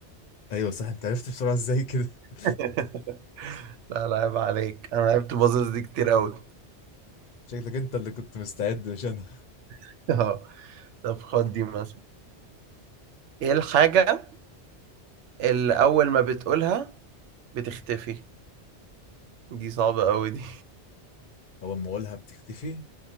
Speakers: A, on the left; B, on the right.
A: ايوه صح انت عرفت بسرعة ازاي كده <laughs>
B: <laughs> لا، لا عيب عليك، أنا لعبت puzzles دي كتير أوي
A: شكلك انت اللي كنت مستعد مش انا
B: <laughs> آه، طب خُد دي مثلًا، إيه الحاجة اللي أول ما بتقولها بتختفي دي صعبة قوي دي
A: اول ما اقولها بتختفي